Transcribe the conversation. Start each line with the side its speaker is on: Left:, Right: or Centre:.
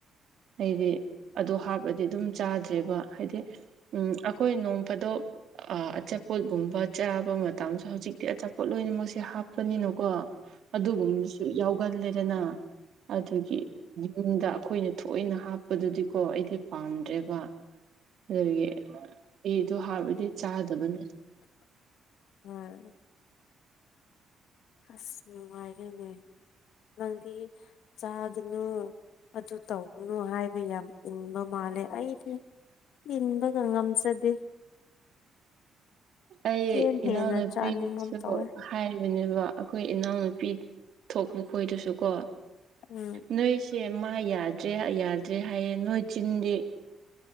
Right: ꯑꯩꯗꯤ ꯑꯗꯨ ꯍꯥꯞꯄꯗꯤ ꯑꯗꯨꯝ ꯆꯥꯗ꯭ꯔꯦꯕ ꯍꯥꯏꯗꯤ ꯎꯝ ꯑꯈꯣꯏ ꯅꯣꯡ ꯐꯥꯗꯣꯛ ꯑ ꯑꯆꯥꯄꯣꯠ ꯒꯨꯝꯕ ꯆꯥꯕ ꯃꯇꯝꯁꯨ ꯍꯧꯖꯤꯛꯇꯤ ꯑꯆꯥꯄꯣꯠ ꯂꯣꯏꯅꯃꯛꯁꯦ ꯍꯥꯞꯄꯅꯤꯅꯀꯣ ꯑꯗꯨꯒꯨꯝꯕꯁꯨ ꯌꯥꯎꯒꯜꯂꯦꯗꯅ ꯑꯗꯨꯒꯤ ꯌꯨꯝꯗ ꯑꯩꯥꯈꯣꯏꯅ ꯊꯣꯏꯅ ꯍꯥꯞꯄꯗꯨꯗꯤꯀꯣ ꯑꯩꯗꯤ ꯄꯥꯝꯗ꯭ꯔꯦꯕ ꯑꯗꯨꯗꯨꯒꯤ ꯑꯩꯗꯣ ꯍꯥꯔ ꯑꯣꯏꯔꯗꯤ ꯆꯥꯗꯕꯅꯤ
Left: ꯎꯝ ꯑꯁ ꯅꯨꯡꯉꯥꯏꯔꯦꯅꯦ ꯅꯪꯗꯤ ꯆꯥꯒꯅꯨ ꯑꯗꯨ ꯇꯧꯒꯅꯨ ꯍꯥꯏꯕ ꯌꯥꯝ ꯏꯪꯕ ꯃꯥꯜꯂꯦ ꯑꯩꯗꯤ ꯢꯟꯕꯒ ꯉꯝꯖꯗꯦ
Right: ꯑꯩ
Left: ꯍꯦꯟ ꯍꯦꯟꯅ
Right: ꯏꯅꯥꯎꯅꯨꯄꯤ
Left: ꯆꯥꯅꯤꯡꯒꯨꯝ
Right: ꯗꯨꯁꯨ
Left: ꯇꯧꯋꯦ
Right: ꯍꯥꯏꯕꯅꯦꯕ ꯑꯈꯣꯏ ꯏꯅꯥꯎꯅꯨꯄꯤ ꯊꯣꯛꯄ ꯈꯣꯏꯗꯁꯨ ꯀꯣ
Left: ꯎꯝ
Right: ꯅꯣꯏꯁꯦ ꯃꯥ ꯌꯥꯗ꯭ꯔꯦ ꯌꯥꯗ꯭ꯔꯦ ꯍꯥꯏꯌꯦ ꯅꯣꯏ ꯆꯤꯟꯗꯤ